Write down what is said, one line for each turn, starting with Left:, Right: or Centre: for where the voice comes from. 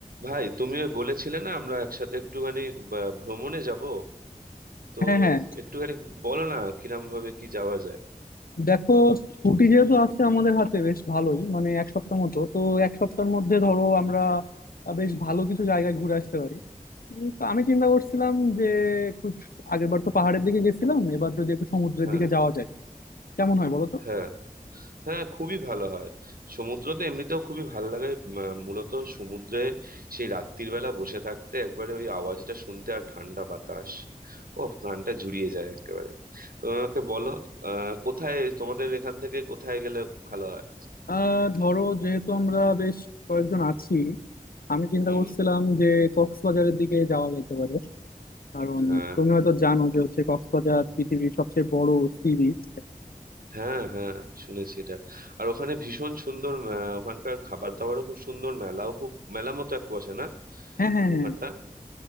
Right: ভাই তুমি ওই বলেছিলে না আমরা একসাথে একটুখানি বা- ভ্রমণে যাব তো
Left: হ্যাঁ হ্যাঁ
Right: একটুখানি বলো না কিরম ভাবে কি যাওয়া যায়
Left: দেখো ছুটি যেহেতু আছে আমাদের হাতে বেশ ভালোই মানে এক সপ্তাহ মতো তো এক সপ্তাহের মধ্যে ধরো আমরা আহ, বেশ ভালো কিছু জায়গায় ঘুরে আসতে পারি উম, তো আমি চিন্তা করছিলাম যে একটু আগের বার তো পাহাড়ের দিকে গেছিলাম এবার যদি একটু সমুদ্রের
Right: হ্যাঁ
Left: দিকে যাওয়া যায় কেমন হয় বলো তো
Right: হ্যাঁ হ্যাঁ খুবই ভালো হয় সমুদ্র তো এমনিতেও খুবই ভালো লাগে ম- মূলত সমুদ্রে সেই রাত্রির বেলা বসে থাকতে একবারে ওই আওয়াজটা শুনতে আর ঠান্ডা বাতাস ও প্রাণটা জুড়িয়ে যায় একেবারে তো আমাকে বলো আহ কোথায় তোমাদের এখান থেকে কোথায় গেলে ভালো হয়
Left: আহ ধরো যেহেতু আমরা বেশ কয়েকজন আছি আমি চিন্তা
Right: হুম
Left: করছিলাম যে কক্সবাজারের দিকে যাওয়া যেতে পারে কারণ
Right: হ্যাঁ
Left: তুমি হয়তো জানো যে হচ্ছে কক্সবাজার পৃথিবীর সবচেয়ে বড় সি বিচ
Right: হ্যাঁ হ্যাঁ শুনেছি এটা আর ওখানে ভীষণ সুন্দর আহ, ওখানকার খাবার দাবারও খুব সুন্দর মেলাও খুব মেলা মতো এক বসে না
Left: হ্যাঁ হ্যাঁ হ্যাঁ
Right: ওখানটা